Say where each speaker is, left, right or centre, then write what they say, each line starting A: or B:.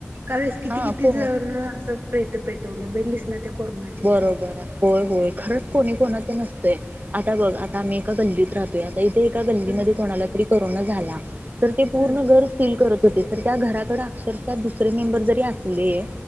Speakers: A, on the right; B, on the right.
A: कावेळेस किती
B: हा
A: किती
B: को
A: जण असं प्रेतं पेटवलं बघितलीस ना ते? कोरोनाच्या
B: बरोबर
A: ह्याच्यात.
B: हाय. होय होय, खरंच कोणी कोणाच नस तय आता बघ आता आम्ही एका गल्लीत राहतोय, आता इथे एका गल्लीमध्ये
A: हम्म
B: कोणाला तरी करोना झाला तर ते पूर्ण
A: हम्म
B: घर सील करत होते तर त्या घराकड अक्षरशः दुसरे मेंबर जरी असले